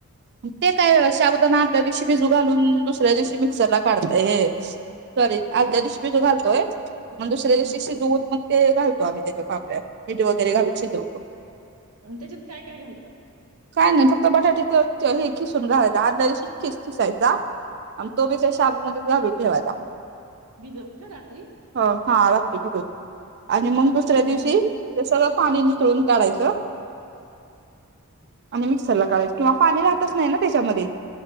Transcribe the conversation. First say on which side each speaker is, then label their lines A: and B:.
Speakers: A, on the right (about 50°); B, on the right (about 85°).
A: ते काय साबुदाणा आदल्या दिवशी भिजू घालून दुसऱ्या दिवशी मिक्सरला काढ सॉरी आदल्या दिवशी भिजवून घालतोय मग दुसऱ्या दिवशी
B: हां
A: शिजवून मग ते घालतो आम्ही त्याच्या पापड्या मीठ वगैरे घालून शिजवतो.
B: आणि त्याच्यात काय, काय घालता?
A: काय नाही फक्त बटाट्याच हे खिसून घालायचा आदल्या दिवशीच खिस खिसायचा आणि तोबी त्या शाबूमध्येच घालून ठेवायचा.
B: भिजत का रात्री
A: पाण्यात हा रात्री भिजत आणि मग दुसऱ्या दिवशी
B: आणि मग
A: ते सगळं पाणी नितळून काढायचं आणि मिक्सरला काढाच किंवा पाणी राहतच नाही ना त्याच्यामध्ये